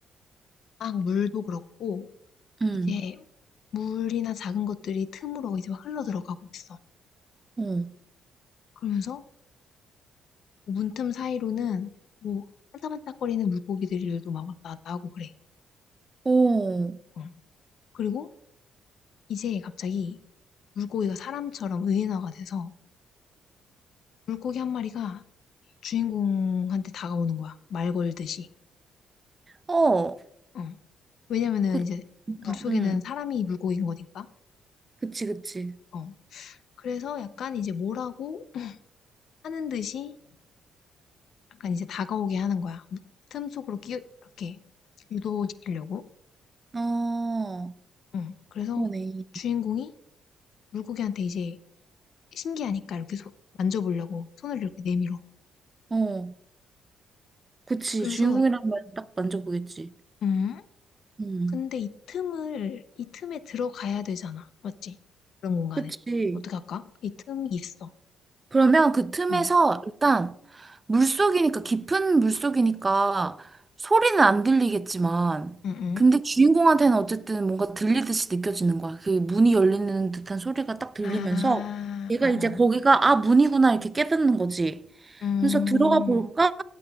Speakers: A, on the left (about 70°); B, on the right (about 25°).
A: 막 물도 그렇고
B: 응.
A: 이제 물이나 작은 것들이 틈으로 이제 막 흘러 들어가고 있어.
B: 어.
A: 그러면서 문틈 사이로는 뭐 반짝반짝거리는 물고기들도 막 왔다 갔다 하고 그래.
B: 오,
A: 어. 그리고 이제 갑자기 물고기가 사람처럼 의인화가 돼서 물고기 한 마리가 주인공한테 다가오는 거야. 말 걸듯이.
B: 어,
A: 어. 왜냐면은
B: 그,
A: 이제
B: 그러니까,
A: 물속에는
B: 응,
A: 사람이 물고기인 거니까.
B: 그치, 그치.
A: 어. 그래서 약간 이제 뭐라고 하는 듯이 약간 이제 다가오게 하는 거야. 틈 속으로 끼 이렇게 유도시키려고.
B: 어,
A: 어. 그래서
B: 그러네.
A: 주인공이 물고기한테 이제 신기하니까 이렇게 소- 만져보려고 손을 이렇게 내밀어.
B: 어, 그치.
A: 그래서
B: 주인공이라면 딱 만져보겠지.
A: 음
B: 응,
A: 근데 이 틈을, 이 틈에 들어가야 되잖아. 맞지? 그런 공간에.
B: 그치.
A: 어떡할까? 이 틈이 있어.
B: 그러면 그 틈에서
A: 응,
B: 일단 물속이니까 깊은 물속이니까 소리는 안 들리겠지만
A: 응, 응.
B: 근데 주인공한테는 어쨌든 뭔가 들리듯이 느껴지는 거야. 그 문이 열리는 듯한 소리가 딱 들리면서
A: 아,
B: 얘가
A: 어, 어.
B: 이제 거기가 아 문이구나 이렇게 깨닫는 거지.
A: 음,
B: 그래서 들어가 볼까?